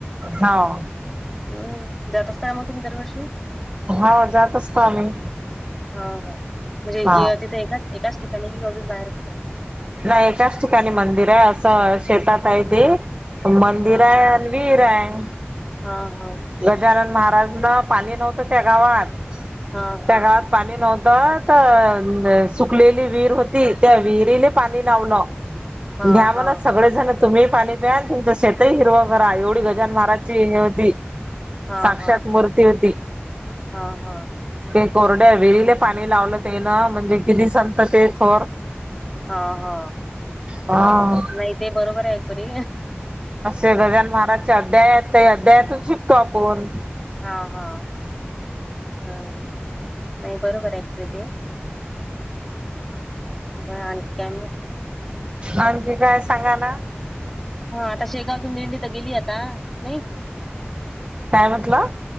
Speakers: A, on the right; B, in the centre.
A: हावू
B: हम्म जात असता ना मग तुम्ही दरवर्षी?
A: हा जात असतो आम्ही.
B: हं हो म्हणजे
A: हा.
B: तिथे एकाच एकाच ठिकाणी कि अजून बाहेर कुठं?
A: नाही एकाच ठिकाणी मंदिर आहे असं शेतात आहे ते मंदिर
B: हा
A: आहे
B: हा.
A: अन विहीर आहे.
B: हा होय
A: गजानन महाराजना पाणी नव्हतं त्या गावात,
B: हा हा
A: त्या गावात पाणी नव्हतं तं सुकलेली विहीर होती तं त्या विहिरीले पाणी लावलं.
B: हा
A: घ्या म्हणा
B: हा
A: सगळेजणं तुम्ही पाणी प्या आणि तुमच शेतही हिरवा करा एवढी गजानन महाराजची हे होती
B: हा हा
A: साक्षात
B: हा
A: मूर्ती होती
B: हा हा
A: एक <unintelligible> कोरड्या विहिरील पाणी लावलं तेन म्हणजे किती संत ते थोर.
B: हा हो
A: हा
B: नाही ते बरोबर आहे खरी
A: ते गजानन महाराज त्या अध्यायात अध्यायतून शिकतो आपून
B: हा हा ह नाही बरोबर आहे खरं ते बरं आणखी काय मग?
A: आणखी काय सांगा ना
B: हा आता शेगावतून दिंडी तर गेली आता नाही
A: काय म्हटलं?